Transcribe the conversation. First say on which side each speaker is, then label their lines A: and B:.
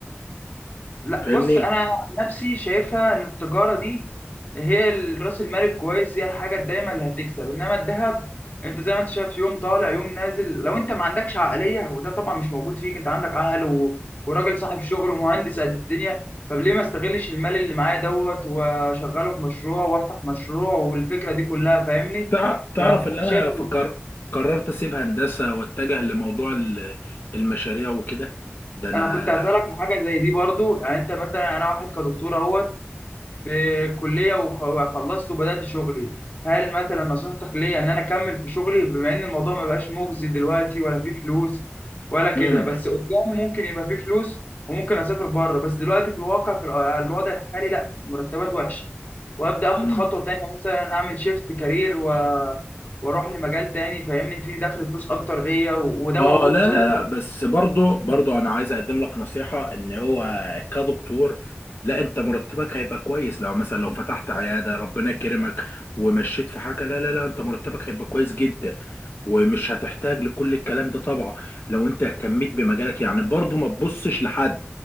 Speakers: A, on the left (about 40°); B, on the left (about 55°).
A: لا
B: فاهمني
A: بص انا عن نفسي شايفها ان التجاره دي هي ال- راس المال الكويس هي الحاجه الدايمه اللي هتكسب انما الذهب انت زي ما انت شايف يوم طالع يوم نازل لو انت ما عندكش عقليه وده طبعا مش موجود فيك انت عندك عقل و... وراجل صاحب شغل ومهندس قد الدنيا طب ليه ما استغلش المال اللي معايا دوت واشغله في مشروع وافتح مشروع والفكره دي كلها فاهمني
B: تع- تعرف ان انا
A: فشايف
B: فكر قررت اسيب هندسه واتجه لموضوع ال- المشاريع وكده ده انا
A: انا كنت هسألك في حاجه زي دي برضو يعني انت مثلا انا واحد كدكتور اهوت في الكليه وخ- وخلصت وبدات شغلي هل مثلا نصيحتك ليا ان انا اكمل في شغلي بما ان الموضوع ما بقاش مجزي دلوقتي ولا فيه فلوس ولا كده
B: امم
A: بس قدام ممكن يبقى فيه فلوس وممكن اسافر بره بس دلوقتي في الواقع في الو- الوضع الحالي لا مرتبات وحشه وابدا اخد
B: امم
A: خطوه تانية مثلا اعمل شيفت كارير و... واروح لمجال تاني فاهمني فيه دخل فلوس اكتر ليا و... وده
B: اه
A: موجود
B: لا
A: قصادي
B: لا لا بس برضو برضو انا عايز اقدم لك نصيحه ان هو كدكتور لا انت مرتبك هيبقى كويس لو مثلا لو فتحت عياده ربنا كرمك ومشيت في حاجه لا لا لا انت مرتبك هيبقى كويس جدا ومش هتحتاج لكل الكلام ده طبعا لو انت اهتميت بمجالك يعني برضو ما تبصش لحد